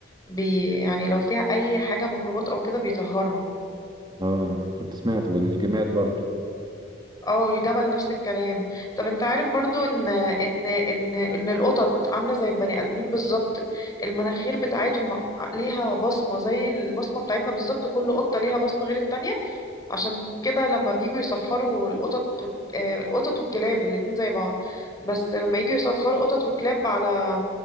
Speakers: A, on the left; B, on the right.
A: بي يعني لو فيها اي حاجه ميكروبات او كده بيطهرها
B: اه كنت سمعت والجمال برضو
A: اه الجمل نفس الكلام طب انت عارف برضو ان ان ان ان القطط عامله زي البني ادمين بالظبط المناخير بتاعتهم ع- ليها بصمه زي البصمه بتاعتنا بالظبط كل قطه ليها بصمه غير التانية عشان كده لما بيجوا يصفروا القطط والك- آه، القطط والكلاب الاتنين زي بعض بس لما يجوا يصفروا قطط وكلاب على